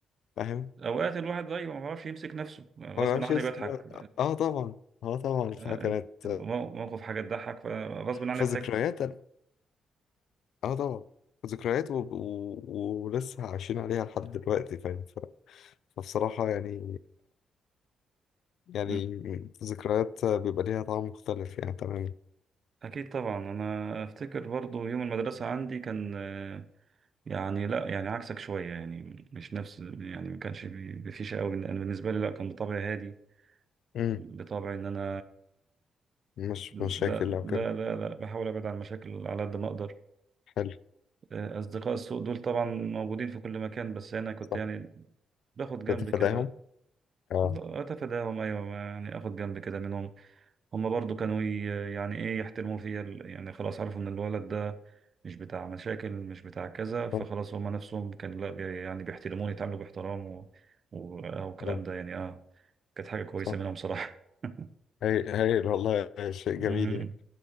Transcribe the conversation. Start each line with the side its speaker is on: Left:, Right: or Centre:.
Left: فاهم
Right: اوقات الواحد بقى ما بيعرفش يمسك نفسه غصب
Left: هو ما يعرفش
Right: عني
Left: يمسك
Right: بضحك
Left: بقى. اه طبعا اه طبعا
Right: آه،
Left: فكانت
Right: مو- موقف حاجة تضحك فغصب عني
Left: فذكريات
Right: ضحكت
Left: أنا- اه طبعا ذكريات و... و... ولسه عايشين عليها لحد دلوقتي فاهم ف... فبصراحه يعني يعني
Right: م-
Left: ذكريات بيبقى ليها طعم مختلف يعني تمام
Right: أكيد طبعا أنا أفتكر برضو يوم المدرسة عندي كان آه، يعني لا يعني عكسك شوية يعني مش نفس يعني ما كانش بي- بفيشة أوي أنا بالنسبة لي لا كان بطبعي هادي
Left: مم.
Right: بطبعي إن أنا
Left: مش
Right: لا
Left: مشاكل لو
Right: لا
Left: كده
Right: لا لا بحاول أبعد عن المشاكل على قد ما أقدر
Left: حلو
Right: آه، أصدقاء السوء دول طبعا موجودين في كل مكان بس أنا كنت
Left: صح
Right: يعني باخد جنب
Left: بتتفاداهم
Right: كده
Left: اه
Right: أتفاداهم أيوة ما- يعني آخد جنب كده منهم هما برضو كانوا ي- يعني ايه يحترموا فيا ال- يعني خلاص عرفوا ان الولد ده مش بتاع مشاكل مش بتاع كذا فخلاص
Left: صح
Right: هما نفسهم كان لا بي يعني بيحترموني يتعاملوا باحترام و... و... آه، والكلام
Left: اه
Right: ده يعني اه كانت حاجة كويسة
Left: صح
Right: منهم صراحة <laughs>
Left: هاي هايل والله شيء جميل
Right: مم.
Left: يعني